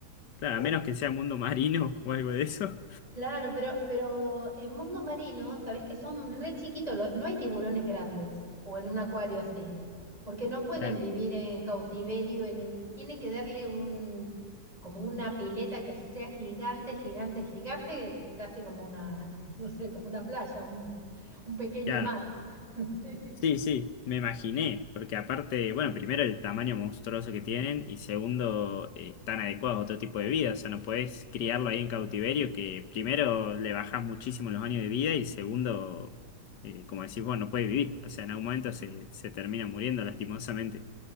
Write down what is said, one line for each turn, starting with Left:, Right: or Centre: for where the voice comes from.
Left: claro, a menos que sea mundo marino o algo de eso,
Right: Claro, pero, pero en mundo marino, sabés que son re chiquitos, lo- no hay tiburones grandes o en un acuario así, porque no pueden
Left: <laughs> claro,
Right: vivir en cautiverio, en un, tiene que darle un, como una pileta que sea gigante, gigante, gigante, casi como una, <laughs> no sé, como una playa, un, un pequeño
Left: claro.
Right: mar. <laughs> Sí.
Left: Sí, sí, me imaginé, porque aparte, bueno, primero el tamaño monstruoso que tienen y segundo, eh, están adecuados a otro tipo de vida, o sea, no podés criarlo ahí en cautiverio, que primero le bajás muchísimo los años de vida y segundo, eh, como decís vos, no puede vivir, o sea, en algún momento se, se termina muriendo lastimosamente.